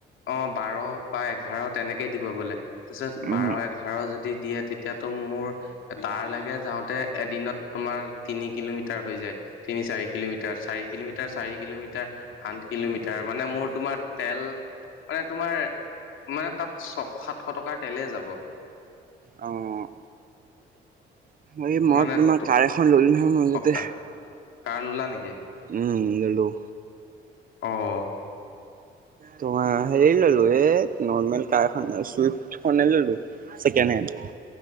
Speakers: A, on the left; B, on the right.
A: অ', বাৰ বা এঘাৰ তেনেকেই দিব বোলে, তাৰপিছত
B: উম
A: বাৰ এঘাৰ যদি দিয়ে তেতিয়াতো মোৰ তাৰ লাগে যাওঁতে, এদিনত তোমাৰ তিনি কিলোমিটাৰ হৈ যায় তিনি চাৰি কিলোমিটাৰ চাৰি কিলোমিটাৰ চাৰি কিলোমিটাৰ আন কিলোমিটাৰ মানে মোৰ তোমাৰ তেল মানে তোমাৰ মানে তাত ছশ সাতশ টকাৰ তেলে যাব।
B: অ'। অ', মই
A: মানে
B: তোমাৰ কাৰ এখন ললো নহয় মাজতে।
A: সপ্তাহ কাৰ ললা নেকি?
B: উম ললোঁ।
A: অ'।
B: তোমাৰ হেৰি ললো এ নৰ্মেল কাৰ এখনে ছুইফট খনেই ললোঁ ছেকেণ্ডহেণ্ড।